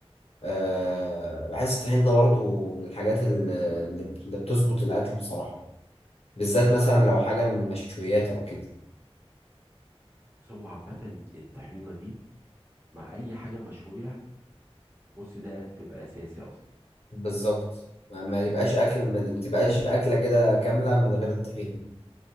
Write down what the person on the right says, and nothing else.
بس هو عامة الطحينة دي مع اي حاجه مشويه بص ده بتبقى اساسي اصلا